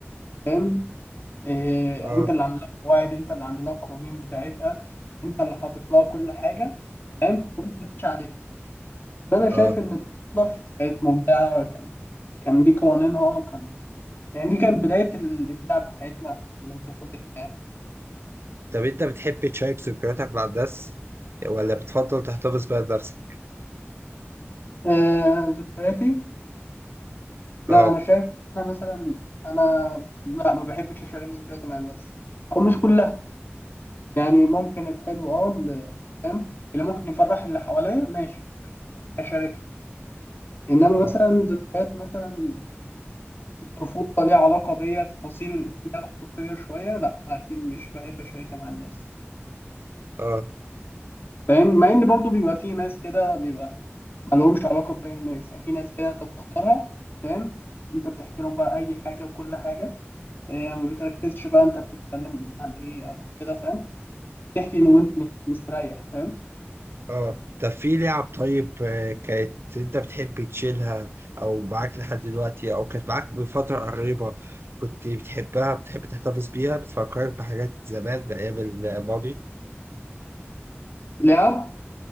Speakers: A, on the left; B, on the right.
A: فاهم إيه
B: اه
A: انت اللي عامل لها قواعد انت اللي عامل لها القوانين بتاعتها انت اللي حاطط لها كل حاجه فاهم وانت اللي ماشي عليها فانا شايف
B: اه
A: ان التنظيف كانت مبدعه كان كان دي قوانينها كان يعني دي كانت بدايه الابداع بتاعتنا من طفولتنا يعني.
B: طب انت بتحب تشارك ذكرياتك مع الناس ولا بتفضل تحتفظ بيها لنفسك؟
A: آه ذكرياتي لا
B: اه
A: انا شايف انا مثلا انا لا ما بحبش اشارك ذكرياتي مع الناس او مش كلها يعني ممكن الحلو اه اللي- فاهم اللي ممكن يفرح اللي حواليا ماشي اشارك انما
B: اه
A: مثلا ذكريات مثلا الطفوله ليها علاقه بيا تفاصيل فيها خصوصيه شويه لا اكيد مش بحب اشاركها مع الناس
B: اه
A: فاهم مع ان برضو بيبقى في ناس كده بيبقى ما لهمش علاقه بباقي الناس يعني في ناس كده انت بتختارها فاهم انت بتحكي لهم بقى اي حاجه وكل حاجه إيه ما بتركزش بقى انت بتتكلم عن ايه او كده فاهم تحكي إن وانت مت- مستريح فاهم
B: اه طب في لعب طيب آه، كانت انت بتحب تشيلها او معاك لحد دلوقتي او كانت معاك بفترة قريبة كنت بتحبها بتحب تحتفظ بيها بتفكرك بحاجات زمان بأيام الماضي
A: لعب